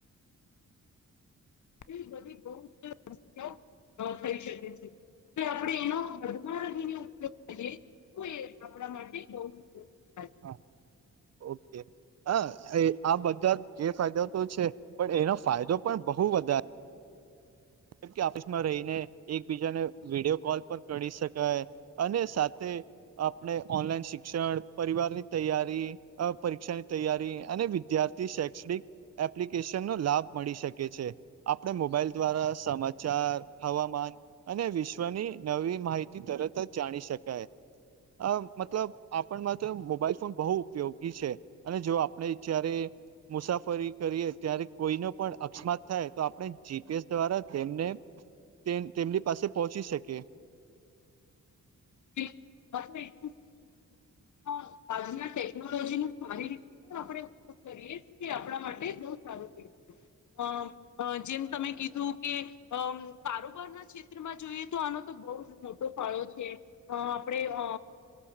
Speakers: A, on the left (about 65°); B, on the right (about 55°).
A: એ બધી બહ સમસ્યા થઈ શકે છે તો આપણેે એનો હદમાં રહીને ઉપયોગ કરીએ તો એ આપણા માટે બહુ સારું થાય.
B: હા ઓકે હ એ આ બધા જે ફાયદા તો છે પણ એનો ફાયદો પણ બહુ વધારે કેમ કે ઓફિસમાં રહીને એકબીજાને વિડીયો કોલ પણ કરી શકાય. અને સાથે આપણે ઓનલાઈન શિક્ષણ પરિવારની તૈયારી અ પરીક્ષાની તૈયારી અને વિદ્યાર્થી શૈક્ષણિક એપ્લિકેશન નો લાભ મળી શકે છે આપણે મોબાઈલ દ્વારા સમાચાર હવામાન-' અને વિશ્વની નવી માહિતી તરત જ જાણી શકાય. અ મતલબ આપણમાં તો મોબાઈલ ફોન બહુ ઉપયોગી છે. અને જો આપણે જ્યારે મુસાફરી કરીએ ત્યારે કોઈનો પણ અકસ્માત થાય તો આપણે જીપીએસ દ્વારા તેમને તેમની પાસે પહોંચી શકે.
A: એકમ સાચ આજના ટેકનોલોજીને સારી રીતે આપણે ઉપયોગ કરીએ તો આપણા માટે બહુ સારું તેલ મળે અ જેમ તમે કીધું કે અમ કારોબાર ના ક્ષેત્રમાં જોઈએ તો આનો તો બહુ જ મોટા ફળો છે અ આપડે અ